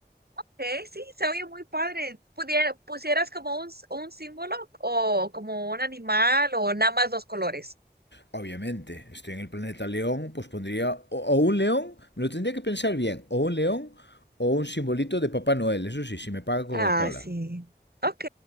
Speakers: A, on the right; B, on the left.
A: Ok, sí, se oye muy padre. Pudiera, pusieras como un, un símbolo o como un animal o nada más dos colores.
B: Obviamente, estoy en el planeta león, pues pondría o, o un león, me lo tendría que pensar bien, o un león o un simbolito de Papá Noel, eso sí, si me paga Coca-Cola.
A: Ah, sí. Ok,